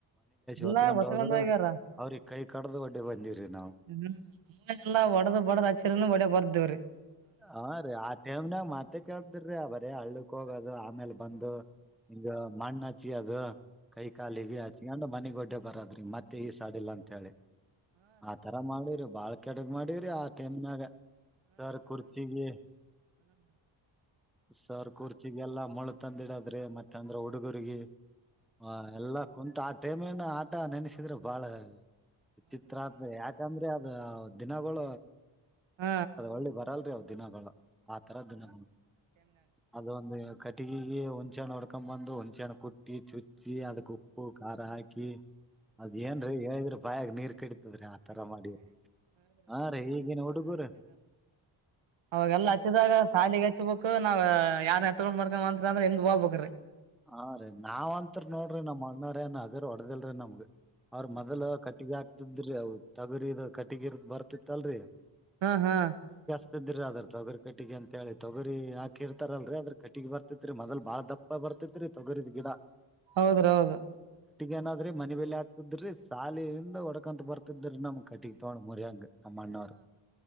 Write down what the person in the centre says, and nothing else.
ಹೊತ್ಕೊಂಡ್
ಹೋದ್ರ ಅವ್ರಿಗ್ ಕೈ ಕಡ್ದು ಒಡ್ಡಿ ಬಂದಿವ್ರಿ ನಾವು
ಹ ರೀ ಆ ಟೈಮ್ನಾಗ ಮಾತ್ತೆ ಕೇಳದ್ರಿ ಬರೀ ಹಳ್ಳಕ್ ಹೋಗದು ಆಮೇಲ್ ಬಂದು ಹಿಂಗ ಮಣ್ಣ ಹಚ್ಿದು ಹಾ ಕೈ ಕಾಲಿಗೆ ಆಚಕಂಡ ಮನಿಗ್ ಗೊಡ್ಡೆ ಬರದ್ರಿ ಮತ್ತೆ ಈ ಸಡಿಲ್ಲ ಅಂತ ಹೇಳಿ ಆತರ ಮಾಡಿರಿ ಬಾ ಕೆಡಗ್ ಮಾಡಿವ್ರರಿ ಆ ಟೈಮನಾಗ ಸರ್ ಕುರ್ಚಿಗೆ ಸರ್ ಕುರ್ಚಿಗೆ ಎಲ್ಲ ಮೊಳು ತಂದಿಡ್ರೆ ಮತ್ತೆ ಯಾಕಂದ್ರೆ ಹುಡುಗರ್ಗಿ ಆ ಎಲ್ಲಾ ಕುಂತು ಆ ಟೇಮಲಿನ ಆಟ ನೆನೆಸಿದ್ರೆ ಬಾಳ ವಿಚಿತ್ರ ಆದತ್ ಯಾಕಂದ್ರೆ ಅದ ದಿನ ಬಳ
ಅಲ್ಲಿ ಬರಲ್ರಿದು ದಿನಗಳು ಆ ತರ ದಿನ ಅದು ಒಂದು ಕಟ್ಟಿಗೆಗೆ ಹುಣ್ಚೆಣ್ಣ ಹೊಡ್ಕೊಂಡ್ ಬಂದು ಹುಣ ಕುಟ್ಟಿ ಚುಚ್ಚಿ ಅದಕ್ ಉಪ್ಪು ಖಾರ ಹಾಕಿ ಅದ್ ಏನ್ರಿ ಹೇಳಿದ್ರಿ ಪ್ರಾಯ ಅಗ್ನರ್ ಕೆಡತದ್ರೀ ಆತರ ಮಾಡಿವ್ರ ಹಾ ರೀ ಹೀಗನ್ ಹುಡುಗುರ
ಹಾ ರೀ ನಾವ್ ಅತ್ರಿ ನೋಡ್ರಿ ನಮ್ಮ್ ಅಣ್ಣ್ರ ಏನ ಅದ್ರ ಹೊಡದಲ್ರಿ ನಮ್ಗ ಅವ್ರ ಮೊದಲ್ ಕಟ್ಟಿಗೆ ಆಕ್ತದ್ರಿ ಅವ ತಗುರಿ ಇ ಕಟ್ಟಿಗಿರ್ ಬರ್ತಿತ್ತಲ್ರಿ
ೀ ಅದ್ರ ತೊಗರಿ ಕಟ್ಟಿ ಅಂತ ಹೇಳಿ ತೊಗರಿ ಹಾಕಿರ್ತಾರಲ್ರರಿ ಅದ್ರ ಕಟ್ಟಿಗೆಗ್ ಬರ್ತಿತ್ರಿ ಮೊದಲ್ ಬಾಳ ದಪ್ಪ ಬರ್ತಿ ಪ ತಗರು ಗಡಾ
ಏನಾದ್ರೀ ಮನ ಬಲಿ ಆಗ್ತಿದ್ರಿ ಸಾಲಿಯಿಂದ ಹೊಡಕಂತ ಬರ್ತಿದ್ರಿ ನಮ್ ಕಟ್ಟಿಗ್ ತಗೊಂಡ್ ಮರಿಯಾಂಗ ನಮ್ಮಣ್ಣವರು